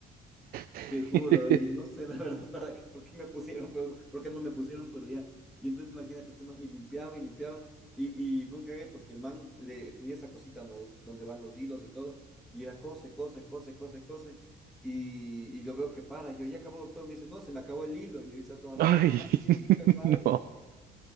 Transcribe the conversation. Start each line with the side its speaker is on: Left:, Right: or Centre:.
Right: <laughs>
Centre: Te juro, oye, no sé la <laughs> verdad para qué, por qué me pusieron, pero, por qué no me pusieron, pero ya. Y entonces imagínate, este man, y limpiaba y limpiaba, y, y fue un cague porque el man le tenía esa cosita, ¿no? Donde van los hilos y todo, y era cose, cose, cose, cose, cose, y, y yo veo que para, yo ya acabó, doctor, me dice, no, se me acabó el hilo, y le dice a otro man,
Right: Ay,
Centre: trae, más",
Right: <laughs>
Centre: y así, pues madre.
Right: no.